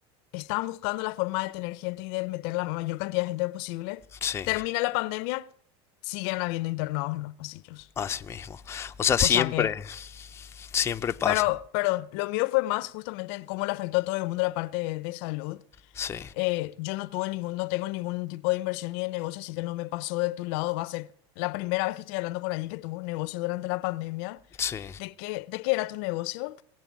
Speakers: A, on the left; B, on the left.
A: estaban buscando la forma de tener gente y de meter la mayor cantidad de gente posible.
B: sí,
A: Termina la pandemia, siguen habiendo internados en los pasillos.
B: así mismo. O sea, siempre,
A: O sea que,
B: siempre pasa.
A: pero, perdón, lo mío fue más justamente en cómo le afectó a todo el mundo la parte de, de salud.
B: Sí,
A: eh, yo no tuve ningún, no tengo ningún tipo de inversión ni de negocio, así que no me pasó de tu lado. Va a ser la primera vez que estoy hablando con alguien que tuvo un negocio durante la pandemia.
B: sí.
A: ¿De qué, de qué era tu negocio?